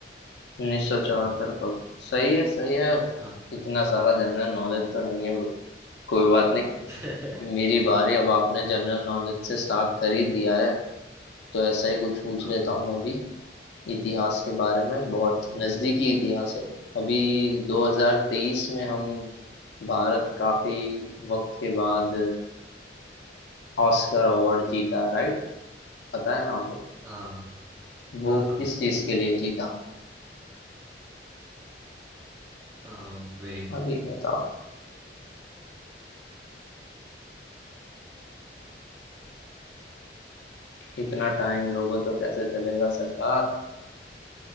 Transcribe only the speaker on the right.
हाँ
हाँ
<laughs>
अहं,
हाँ
हाँ
हाँ वेट